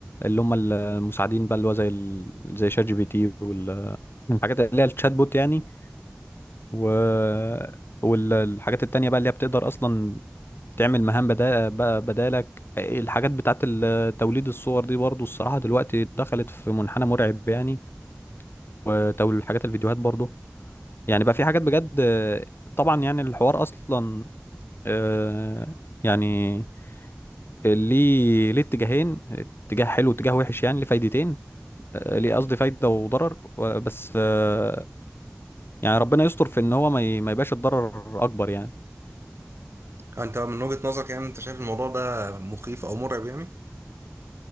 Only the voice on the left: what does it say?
اللي هم المساعدين بقى اللي هو زي ال... زي شات جي بي تي والحاجات اللي هي الشات بوت يعني و والحاجات التانية بقى اللي هي بتقدر أصلا تعمل مهام بدا بقى بدالك الحاجات بتاعت ال- توليد الصور دي برضو الصراحة دلوقتي دخلت في منحنى مرعب يعني وتوليد حاجات الفيديوهات برضو يعني بقى في حاجات بجد آه، طبعا يعني الحوار أصلا آه، يعني ليه ليه اتجاهين اتجاه حلو واتجاه وحش يعني ليه فايدتين آه، ليه قصدي فايدة وضرر و- بس آه، يعني ربنا يستر في ان هو ما ي- ما يبقاش الضرر اكبر يعني